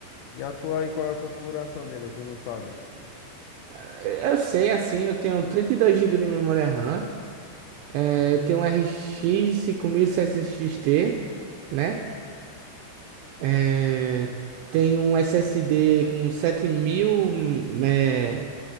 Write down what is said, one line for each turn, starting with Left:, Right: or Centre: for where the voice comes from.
Left: E a tua aí, qual é a configuração dele? Tu não sabe?
Right: Eh, Eu sei, assim, eu tenho 32 gigas de memória RAM, eh, eu tenho um RX 5600 XT, né? Eh, Tenho um SSD com 7000 eh,